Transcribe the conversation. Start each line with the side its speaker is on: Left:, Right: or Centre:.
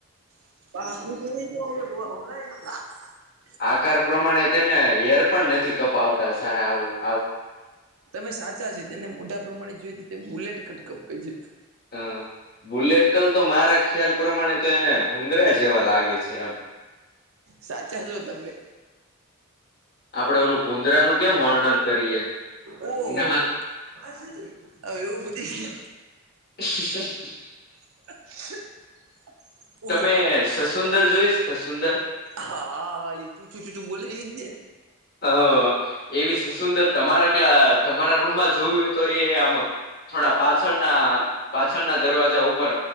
Right: <inaudible>
Left: આકાર પ્રમાણે તેમને હેર પણ નથી કપાવતા સારા આવું
Right: તમે સાચા છે તેને મોઢા પ્રમાણે જોઈ તો તે બુલેટ કટ કાપે છે.
Left: હ બુલેટ કલ તો મારા ખ્યાલ પ્રમાણે તો એને ભુંદરા જેવા લાગે છે એમ.
Right: સાચા છો તમે.
Left: આપડે ઓલું ભૂંદરાનું કેમ વર્ણન કરીએ
Right: ઓહ.
Left: નાક
Right: હ એવું બધી
Left: <inaudible>
Right: <inaudible> ઓહો
Left: તમે સસુંદર જોઈશ સસુંદર
Right: હા હા હાલી ચૂચું ચૂચું બોલે એઈજ ને
Left: હ એવી સસુંદર તમારા કલા તમારા રૂમમાં જ જોય એ તો એ આમ થોડા પાછળના પાછળના દરવાજા ઉપર